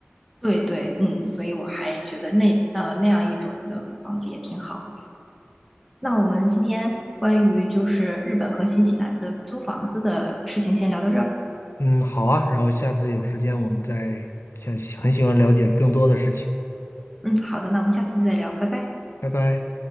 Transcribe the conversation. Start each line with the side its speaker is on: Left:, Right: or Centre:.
Centre: 对对，嗯，所以我还觉得那呃那样一种的房子也挺好。那我们今天关于就是日本和新西兰的租房子的事情先聊到这儿。
Left: 嗯，好啊，然后下次有时间我们再想很喜欢了解更多的事情。
Centre: 嗯，好的，那我们下次再聊，拜拜。
Left: 拜拜。